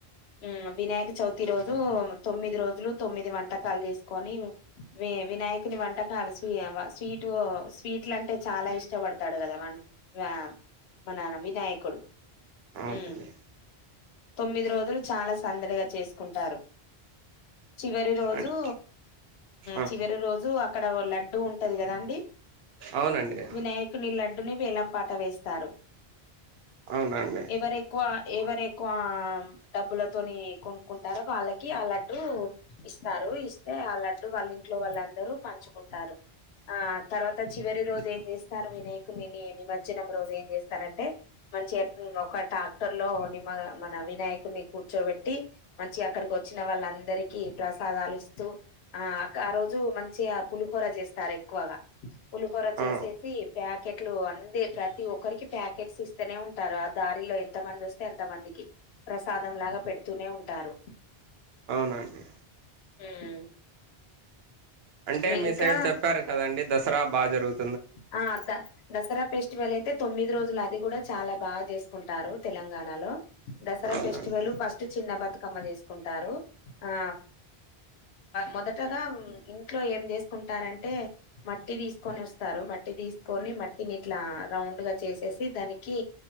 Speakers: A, on the left; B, on the right.
A: ఊ వినాయక చవితి రోజు తొమ్మిది రోజులు తొమ్మిది వంటకాలు చేసుకొని వినాయకుని వంటకాలు సి స్వీట్ స్వీట్లు అంటే చాలా ఇష్టపడతాడు కదా వ మన వినాయకుడు
B: అవునండి
A: ఊ తొమ్మిది రోజులు చాలా సందడిగా చేసుకుంటారు చివరి రోజు
B: అం- ఆ.
A: చివరి రోజు అక్కడ లడ్డు ఉంటది కదా అండి
B: అవునండి
A: వినాయకుని లడ్డుని వేలం పాట వేస్తారు
B: అవునండి
A: ఎవరు ఎక్కువ ఎవరు ఎక్కువ డబ్బులతోని కొనుక్కుంటారో వాళ్ళకి అ లడ్డు లడ్డు ఇస్తారు ఇస్తే ఆ లడ్డు వాళ్ళ ఇ ఇంట్లో వాళ్ళందరూ పంచుకుంటారు ఆ తర్వాత చివరి రోజు ఏం చేస్తారు వినాయకునిని నిమజ్జనం రోజు ఏం చేస్తారంటే మన చేతుల్లో ఒక ట్రాక్టర్ లో ని మన అవినాయకుడిని కూర్చోబెట్టి మంచిగా అక్కడికి వచ్చిన వాళ్ళందరికీ ప్రసాదాలు ఇస్తూ ఆ ఆ రోజు మంచిగా పులిహూర చేస్తారు ఎక్కువగా పులిహోర చేసేసి
B: ఆ
A: ప్యాకెట్లు అందే ప్రతి ఒక్కరికి ప్యాకెట్స్ ఇస్త వస్తనే ఉంటారు ఆ దారిలో ఎంత మంది వస్తే ఎంత మందికి ప్రసాదం లాగా పెడుతూనే ఉంటారు
B: అవునండి
A: హ్మ్
B: అంటే మీ
A: ఇంకా
B: సైడ్ చెప్పారు కదండి దసరా బాగా జరుగుతుంది
A: ఆ అదా దసరా ఫెస్టివల్ అయితే తొమ్మిది రోజులు అది కూడా చాలా బాగా చేసుకుంటారు తెలంగాణలో దసరా
B: అవునండి
A: ఫెస్టివల్ ఫస్ట్ చిన్న బతుకమ్మ చేసుకుంటారు ఆ మొదటగా ఇంట్లో ఏం చేసుకుంటారంటే మట్టి తీసుకొని వస్తు వస్తారు మట్టి తీసుకొని మట్టిని ఇట్లా రౌండ్ గా చేసేసి దానికి